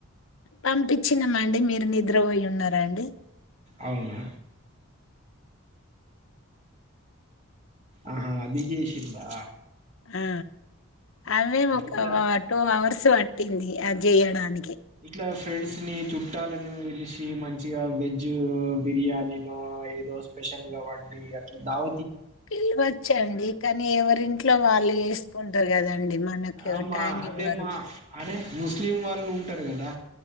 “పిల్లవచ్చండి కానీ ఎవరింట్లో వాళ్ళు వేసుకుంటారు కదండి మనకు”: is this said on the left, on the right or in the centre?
Left